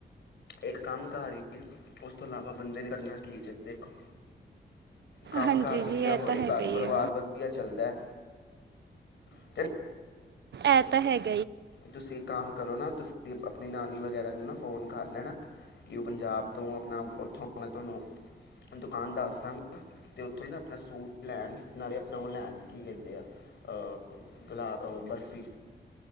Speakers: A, on the left; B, on the right.
A: ਏਕ ਕੰਮ ਕਾਰੀ ਏ, ਉਸ ਤੋਂ ਅਲਾਵਾ ਬੰਦੇ ਨੇ ਕਰਨਾ ਕੀ ਜੇ ਦੇਖੋ। ਕੰਮ
B: ਹਾਂਜੀ
A: ਕਾਰ ਵਦੀਆ
B: ਜੀ ਇਹ
A: ਹੋਏ,
B: ਤਾਂ ਹੈਗਾ
A: ਘਰ
B: ਹੀ
A: ਪਰਵਾਰ
B: ਹੈ
A: ਵਦੀਆ ਚੱਲਦਾ ਐ
B: ਐ ਤਾਂ ਹੈਗ
A: ਤੁਸੀ ਇੱਕ ਕੰਮ ਕਰੋ ਨਾ ਤੁਸੀ ਤ ਤੇ ਆਪਨੀ ਨਾਨੀ ਵਗੈਰਾ ਨੂੰ ਨਾ ਫ਼ੋਨ ਕਰ ਲੈਣਾ, ਕਿ ਓ ਪੰਜਾਬ ਤੋਂ ਅਪਨਾ ਓਥੋਂ, ਮੈਂ ਤੁਆਨੂੰ ਦੁਕਾਨ ਦੱਸ ਦਾਂਗਾ ਤੇ ਓਥੋਂ ਹੀ ਨਾ ਆਪਨਾ ਸੂਟ ਲੈਨ ਨਾਲੇ਼ ਆਪਨਾ ਓ ਲੈਨ ਕੀ ਕੈਂਦੇ ਆ ਅ ਗਲਾ ਬਰਫ਼ੀ।